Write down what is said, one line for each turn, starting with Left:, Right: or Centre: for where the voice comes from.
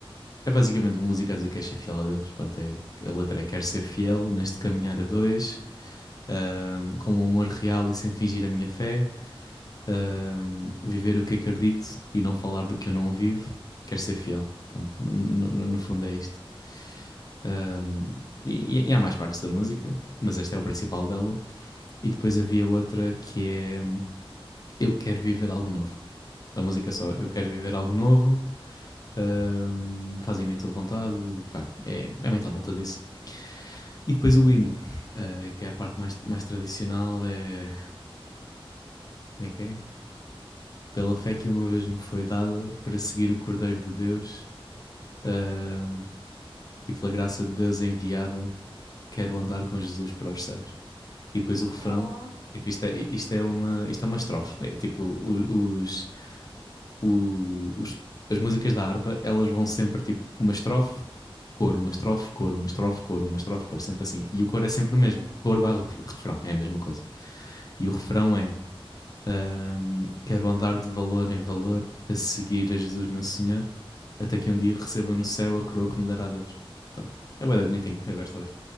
Left: é basicamente uma música a dizer que és ser fiel a Deus. Pronto, é, a letra é Quero ser fiel neste caminhar
Right: Uhum.
Left: a dois, ahm, com um amor real e sem fingir a minha fé, ahm, viver o que acredito e não falar do que eu não vivo. Quero ser fiel. Pronto, no, no- no- no fundo é isto. Ahm, e, e há mais partes da música, mas esta é o principal dela. E depois havia outra que é hum, Eu Quero Viver Algo Novo. A música é só,
Right: Uhum.
Left: eu quero viver algo novo, ahm, fazem-me a tua vontade, pronto, é, é muito à volta disso. E depois o hino, ah, que é a parte mais, mais tradicional, é. Como é que é? Pela fé que uma vez me foi dada para seguir o Cordeiro de Deus, ahm, e pela graça de Deus enviada, quero andar com Jesus para os céus. E depois o refrão,
Right: Oh,
Left: tipo, isto é, isto é uma, isto é uma estrofe, é, tipo, o- os o- os- as músicas da harpa, elas vão sempre tipo uma estrofe, coro, uma estrofe, coro, uma estrofe, coro, uma estrofe, coro, sempre assim. E o coro é sempre
Right: uhum.
Left: o mesmo. Coro barra ref- refrão, é a mesma coisa. E o refrão é: ahm, Quero andar de valor em valor, a seguir a Jesus meu Senhor, até que um dia receba no céu a coroa que me dará Deus. Pronto. É bué da bonitinho, eu gosto bué.